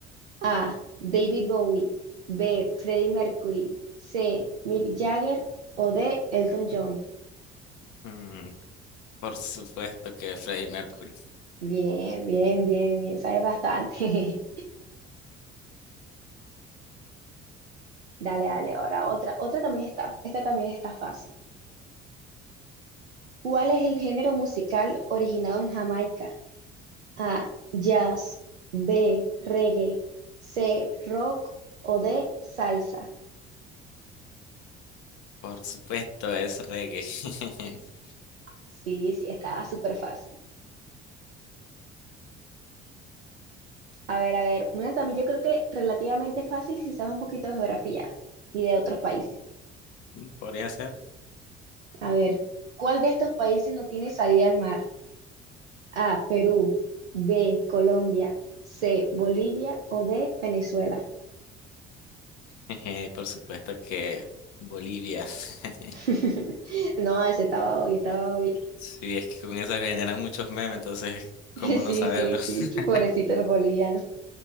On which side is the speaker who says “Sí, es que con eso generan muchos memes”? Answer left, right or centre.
Left